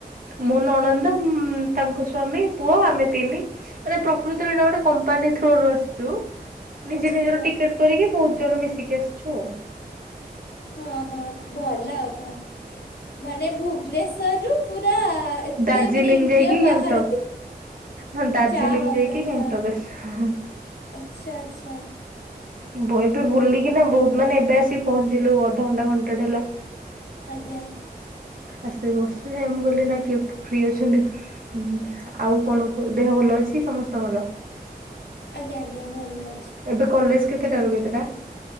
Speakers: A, on the right; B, on the left.
A: ମୋ ନଣନ୍ଦ ତାଙ୍କ ସ୍ଵାମୀ ପୁଅ ଆମେ ତିନି ମାନେ ପ୍ର କୃତରେ ଗୋଟେ କମ୍ପାନୀ ଥ୍ରୋରୁୁ ଆସିଛୁ ନିଜେ
B: ଆଚ୍ଛା
A: ନିଜର
B: ଆଚ୍ଛା
A: ଟିକେଟ କରିକି ବହୁତ ଜଣ ମିଶିକି ଆସିଛୁ ଆଉ
B: ହଁ ହଁ ଭଲ ଆଉ କଣ ମାନେ ଭୁବନେଶ୍ଵରରୁୁ ପୁରା ଏତେ
A: ଦାର୍ଜିଲିଂ
B: ମାନେ ଇଣ୍ଡିଆ
A: ଯାଇକି
B: ବାହାରେ
A: ଗ୍ୟାଙ୍ଗଟକ ହଁ ଦାର୍ଜିଲିଂ
B: ଯାହା ହଉ
A: ଯାଇକି
B: ତାହେଲେ
A: ଗେଙ୍ଗଟକ୍
B: ଆଉ
A: ଆସିଛୁ
B: ଆଚ୍ଛା ଆଚ୍ଛା
A: ବଏ ଏବେ ବୁଲିକିନା
B: ଭଲ
A: ବହୁତ
B: ତାହେଲେ
A: ମାନେ ଏବେ ଆସିକି ପହଞ୍ଚିଲୁ ଅଧଘଣ୍ଟା ଘଣ୍ଟାଟେ ହେଲା
B: ଆଜ୍ଞା
A: ଆସିକି ବସିଚୁ ହେ ମୁଁ କହିଲି ନା କିଏ ଫ୍ରି ଅଛନ୍ତି ହୁଁ ଆଉ କଣ କୁ ଦେହ ଭଲ ଅଛି ସମସ୍ତଙ୍କର
B: ଆଜ୍ଞା ଆଜ୍ଞା ଭଲ ଅଛି
A: ଏବେ କଲେଜ କେତେଟାରୁ କେତେଟା